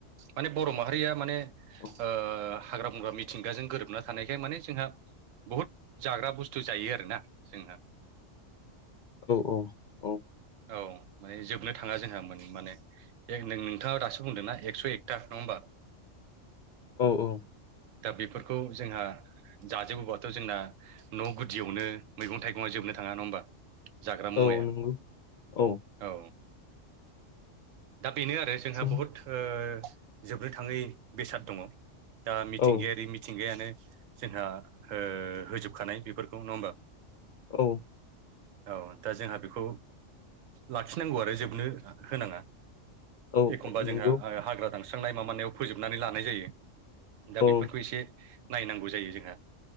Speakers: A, on the right; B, on the left.
A: माने बर' माहारिया माने
B: औ
A: ओ हाग्रा बंग्रा थिंगाजों गोरोबना थानायखाय माने जोंहा बहुत जाग्रा बुस्थु जायो आरोना जोंहा।
B: औ औ औ
A: औ माने जोबनो थाङा जोंहा मोन माने बे नों थाङा दासो बुंदोंना एकथा नङा होमबा?
B: औ औ
A: दा बेफोरखौ जोंहा जाजोबोबाथ' जोंना न' गुदियावनो मैगं थाइगङा जोबनो थाङा नङा होमबा? जाग्रा मुवाया
B: औ नंगौ औ।
A: औ दा बेनो आरो
B: जों
A: बहुद ओ जोबनो थाङै बेसाद दङ दा मिथिंगायारि
B: औ
A: मि थिंगायानो जोंहा ओ होजोबखानाय बेफोरखौ नङा होमबा?
B: औ
A: औ दा जोंहा बेखौ लाखिनांगौ आरो जोबनो होनाङा
B: औ
A: एखमबा
B: नंगौ
A: जोंहा हाग्रा दानस्रांनाय माबानायाव फोजोबनानै लानाय जायो दा
B: औ
A: बेफोरखौ नायनांगौ जायो जोंहा।